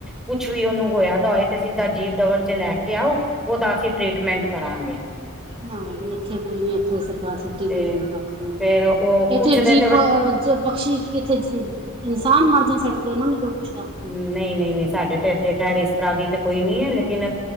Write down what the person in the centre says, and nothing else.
ਕੁੱਛ ਵੀ ਓਨੂੰ ਹੋਇਆਦਾ ਹੋਏ ਤੇ ਸਿੱਦਾ ਜੀਵ ਦਵਨ ਚ ਲੈ ਕੇ ਆਓ, ਓਦਾ ਅਸੀਂ ਟਰੀਟਮੈਂਟ ਕਰਾਂਗੇ।
ਤੇ
ਫੇਰ ਉਹ ਕੁਛ
ਦੇ
ਤੇ
ਨਈਂ-ਨਈਂ-ਨਈਂ, ਸਾਡੇ ਤੇ ਇੱਥੇ ਖੈਰ ਇਸ ਤਰਾਂ ਦੀ ਤੇ ਕੋਈ ਨੀ ਐ ਲੇਕਿਨ